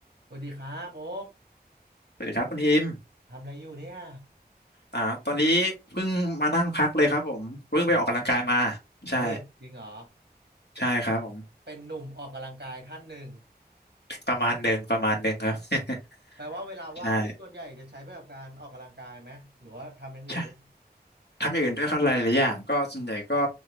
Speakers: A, on the right; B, on the left.
A: สวัสดีครับโอ๊ก
B: สวัสดีครับคุณอิม
A: ทำอะไรอยู่เนี่ย
B: อ่า ตอนนี้เพิ่งมานั่งพักเลยครับผมเพิ่งไปออกกำลังกายมา
A: อ๋อโอ้ยจริงเหรอ
B: ใช่ใช่ครับผม
A: เป็นหนุ่มออกกำลังกายท่านหนึ่ง
B: ประมาณหนึ่งประมาณหนึ่งครับ
A: แปลว่าเวลาว่างนี่ส่วนใหญ่จะใช้ไปกับการออกกำลังกายไหมหรือว่าทำอย่างอื่นด้วย
B: <laughs> ใช่ใช่ทำอย่างอื่นด้วยครับหลายๆอย่างก็ส่วนใหญ่ก็